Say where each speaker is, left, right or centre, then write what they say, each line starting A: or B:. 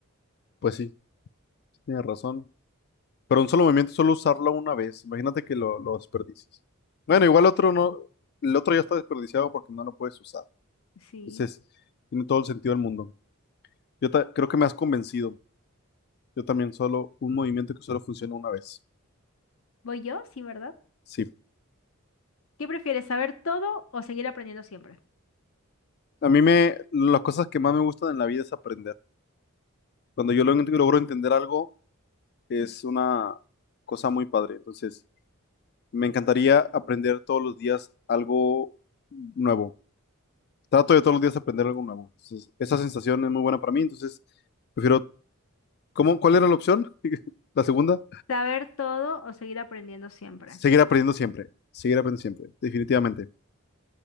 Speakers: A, on the left; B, on the left.
A: pues sí, tienes razón. Pero un solo movimiento, solo usarlo una vez. Imagínate que lo, lo desperdicies. Bueno, igual otro no, el otro ya está desperdiciado porque no lo puedes usar.
B: Sí.
A: Entonces, tiene todo el sentido del mundo. Yo ta- creo que me has convencido. Yo también solo un movimiento que solo funciona una vez.
B: ¿Voy yo? Sí, ¿verdad?
A: Sí.
B: ¿Qué prefieres, saber todo o seguir aprendiendo siempre?
A: A mí me, las cosas que más me gustan en la vida es aprender. Cuando yo log- logro entender algo, es una cosa muy padre. Entonces, me encantaría aprender todos los días algo nuevo. Trato de todos los días aprender algo nuevo. Entonces, esa sensación es muy buena para mí. Entonces, prefiero. ¿Cómo, cuál era la opción? <laughs> La segunda.
B: Saber todo o seguir aprendiendo siempre.
A: Seguir aprendiendo siempre. Seguir aprendiendo siempre. Definitivamente.